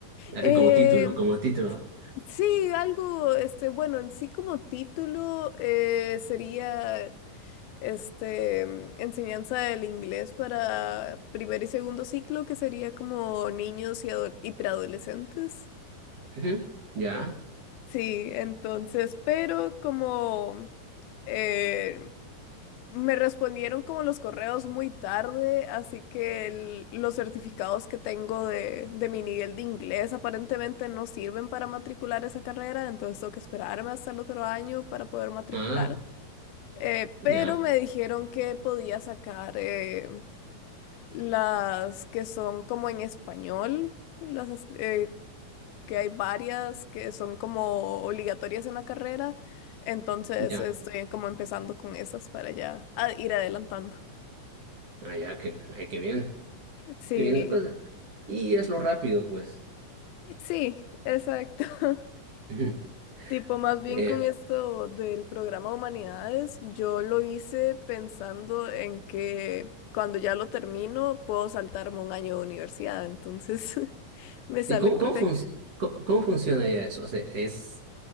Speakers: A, on the right (about 50°); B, on the left (about 85°).
A: así
B: Eh,
A: como título, como título.
B: sí, algo, este, bueno, en sí como título eh, sería... este, enseñanza del inglés para primer y segundo ciclo, que sería como niños y, ado- y preadolescentes.
A: Ujú. Ya,
B: Sí, entonces, pero como eh, me respondieron como los correos muy tarde, así que el- los certificados que tengo de, de mi nivel de inglés aparentemente no sirven para matricular esa carrera, entonces tengo que esperarme hasta el otro año para poder matricular.
A: ah,
B: Eh, pero
A: ya,
B: me dijeron que podía sacar eh, Las que son como en español, las as- eh, que hay varias que son como obligatorias en la carrera. Entonces
A: ya,
B: estoy como empezando con esas para ya a- ir adelantando.
A: ah, ya, que, ay, qué bien,
B: Sí,
A: qué bien la cosa. Y hazlo rápido, pues.
B: sí, exacto. <laughs>
A: Ujú.
B: Tipo, más bien
A: <laughs> Bien.
B: con esto del programa Humanidades, yo lo hice pensando en que cuando ya lo termino puedo saltarme un año de universidad, entonces <laughs> me sale
A: ¿Y cómo,
B: perfecto.
A: cómo, fun- cómo- cómo funciona ya eso? O sea, ¿es,